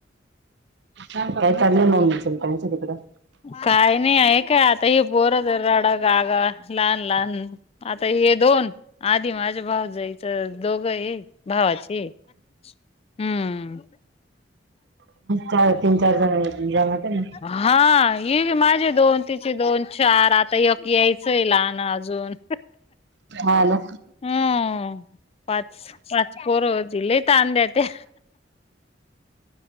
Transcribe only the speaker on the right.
काय चालल आहे मौनीचन त्यांच तिकड.
चार तीन चार जणांनी तरी जामायच ना.
हा ना